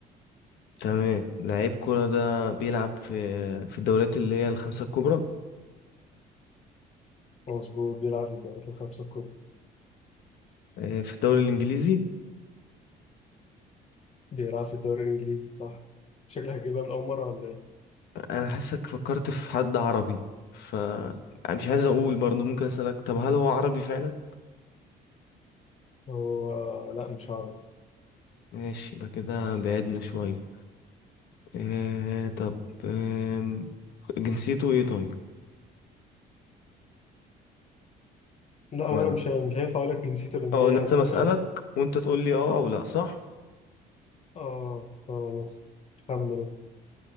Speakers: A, on the left; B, on the left.
A: تمام لعيب كرة ده بيلعب في في الدوريات اللي هي الخمسة الكبرى
B: مظبوط بيلعب في الدوريات الخمسه الكبرى
A: آه، في الدوري الانجليزي
B: بيلعب في الدوري الانجليزي صح شكلك هتجيبها من اول مره ولا ايه
A: انا حاسك فكرت في حد عربي ف أنا مش عايز اقول برضه ممكن اسألك طب هل هو عربي فعلا
B: هو لا مش عارف
A: ماشي يبقى كده بعدنا شوية آه طب آه جنسيته ايه طيب
B: لا وانا
A: ولا
B: مش مش هينفع اقول لك جنسيته لان
A: اه
B: هي
A: انا لازم
B: هتبان
A: اسالك
B: قوي
A: وانت تقول لي اه او لا صح
B: اه اه مصر خمن انت.